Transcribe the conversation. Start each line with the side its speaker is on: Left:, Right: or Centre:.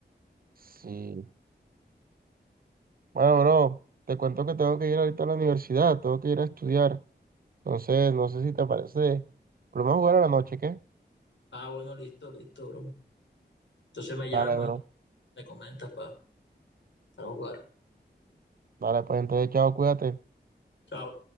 Right: sí. Bueno, bro, te cuento que tengo que ir ahorita a la universidad, tengo que ir a estudiar. Entonces, no sé si te parece. Pero vamos a jugar a la noche, ¿qué?
Left: Ah, bueno, listo, listo, bro. Entonces me
Right: Dale,
Left: llamas
Right: bro.
Left: me comentas para para jugar.
Right: Dale, pues entonces, chao, cuídate.
Left: Chao.